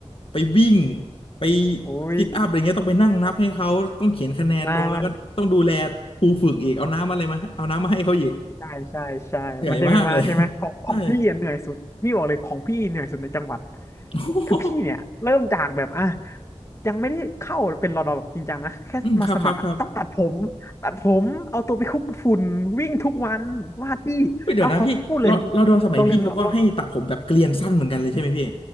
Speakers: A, on the left (about 55°); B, on the left (about 25°).
A: ไปวิ่งไป
B: อุ้ย
A: ซิทอัพอะไรเงี้ยต้องไปนั่งนับให้เขาต้องเขียนคะแนนลงแล้วก็ต้องดูแลครูฝึกอีกเอาน้ำอะไรมาเอาน้ำมาให้เขาอีก
B: มามาใช่ใช่ใช่มันจะเป็นประมาณนั้นใช่ไหมของของพี่อะเหนื่อยสุดพี่บอกเลยของพี่เหนื่อยสุดในจังหวัด
A: เหนื่อยมากเลยใช่ <laughs> โอ้โห
B: คือพี่เนี่ยเริ่มจากแบบอ่ะยังไม่ได้เข้าเป็นรอดอแบบจริงจังนะแค่มาสมัครอ่ะต้องตัดผมตัดผมเอาตัวไปคลุกฝุ่นวิ่งทุกวันว่าดที่เอาเขาเขาพูดเลย
A: อืมครับครับครับเฮ้ยเดี๋ยวนะพี่รอรอดอสมัยพี่เขาก็ให้ตัดผมแบบเกลียนสั้นเหมือนกันเลยใช่ไหมพี่
B: โรงเรียนเราเรา